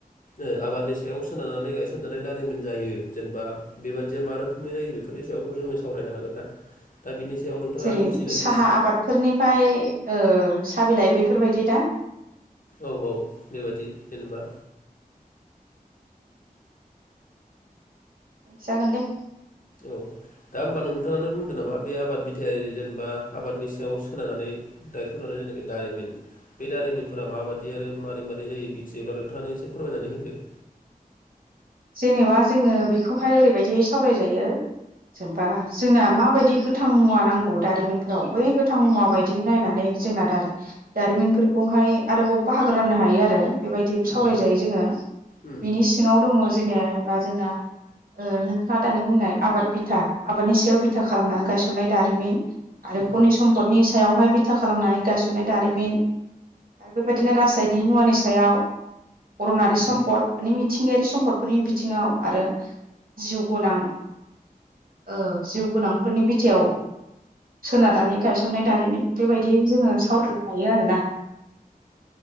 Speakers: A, on the left; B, on the right.
A: ओ आबादनि स सायाव सोनारनानै गायसनजानाय दारिमिन जायो जेनेबा बेबायदिया मा रोखोमनि जायो बेफोरनि सायावथ जोंनो सावरायो। हागोन ना? दा बिनि सायाव नोंथाङा
B: जेरै
A: मिथियोना
B: साहा
A: मिथि
B: आबादफोरनिफ्राय ओ साहा बिलाइ बेफोरबायदि दा।
A: औ औ बेबायदि जेनेबा
B: जागोन दे।
A: औ। दा होमबा नोंथाङानो बुंदो नामा बे आबाद बिथायारि जेनेबा आबादनि सायाव सोनायनानै दायथ' जानाय। जेथनाखि दारिमिन। बे दारिमिनफोरा माबादि आरो मारै-मारै जायो बिथियोबा नोंथाङानो एसे फोरमायनानै होदो। <inaudible>
B: जेनेबा जोङो बेखौहाय ओरैबायदि सावरायजायो। जेनेबा जोंना माबायदि गोथां मुवा नांगौ दारिमिनफोराव बै गोथां मुवा बायदि नायनानै। जोंना दारि दारिमिनफोरखौहाय आरोबाव बाहागो राननो हायो आरो। बेबायदिबो सावरायजायो
A: उम
B: जोङो।
A: उम
B: बिनि सिङाव दङ जेनेया बा जोंना। ओ नोंथाङा दानि बुंनाय आबाद बिथा आबादनि सायाव बिथा खालामनानै गायसननाय दारिमिन आर रो
A: उम
B: खनि सम्पदनि सायावहाय बिथा खालामनानै गायसननाय दारिमिन। आरो बेबायदिनो रासायनिक मुवानि सायाव अरनारि
A: उम
B: सम्पद माने मिथिंगायारि सम्फद। थिङाव आरो जिउ गनां। ओ जिउ गोनांफोरनि बिथायाव सोनारनानै गायस नाय दारिमिन बेबायदि जोङो सावरायनो हायो आरोना।